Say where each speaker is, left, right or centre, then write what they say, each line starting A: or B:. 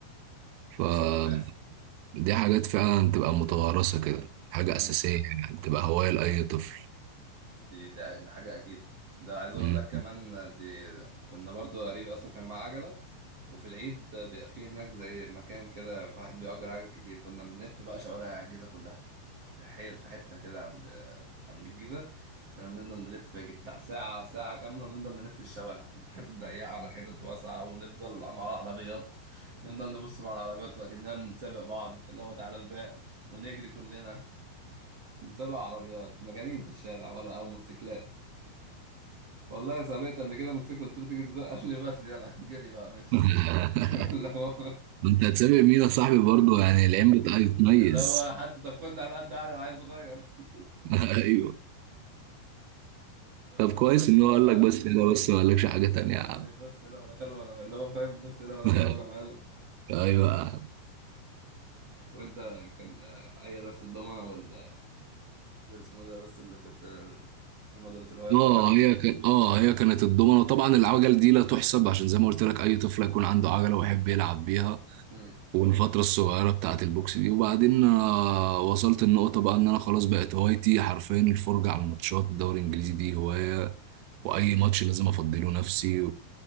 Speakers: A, on the right; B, on the right.
A: فدي
B: حصل وبيحصل
A: حاجات فعلا تبقى متوارثة كده حاجة
B: مم.
A: أساسية يعني تبقى هواية لأي طفل
B: دي ده ده حاجه اكيد ده عايز اقول
A: مم.
B: لك كمان آه، دي كنا برضو قريبي اصلا كان معاه عجله وفي العيد بيبقى فيه هناك زي مكان كده في واحد بيأجر عجل كتير كنا بنلف بقى شوارع الجيزة كلها في حي... في حتة كده عند عند الجيزة كنا بنفضل نلف يجي بتاع ساعة ساعة كاملة بنفضل نلف الشوارع من حتة ضيقة على حتة واسعة ونفضل مع العربيات نفضل نبص مع العربيات وأكننا بنسابق بعض اللي هو تعالى سباق ونجري كلنا بنسابق عربيات مجانين في الشارع ولا أو موتوسيكلات والله سابقت قبل كده موتوسيكل قلت له تيجي سباق قال لي بس يلا جري بقى ماشي
A: <laughs>
B: <laughs> اللي هو
A: انت هتسابق مين يا صاحبي برضه يعني العين بتميز
B: اللي هو حتى طب خدني على قد عقلي انا عيل صغير <laughs>
A: <laughs>
B: اللي هو
A: طب
B: لا
A: كويس
B: لا
A: ان
B: اللي
A: هو
B: هو
A: قال لك بس كده بس ما قالكش حاجه تانية يا
B: قال
A: عم
B: لي بس يلا بلا خلو بلا اللي هو فاهم بس يلا بلا
A: <laughs>
B: خلو بلا مقاله
A: ايوه يا عم.
B: وانت كان آه، هي بس الضمنه وال والاسمه ده بس اللي كنت هما دول الهوايه
A: اه
B: بتاعتك
A: هي كان اه هي كانت الضمنه وطبعا العجل دي لا تحسب عشان زي ما قلت لك اي طفل يكون عنده عجله ويحب يلعب بيها
B: امم
A: والفتره الصغيره بتاعه البوكس دي وبعدين آه، وصلت النقطه بقى ان انا خلاص بقت هوايتي حرفيا الفرجه على الماتشات الدوري الانجليزي دي هوايه واي ماتش لازم افضله نفسي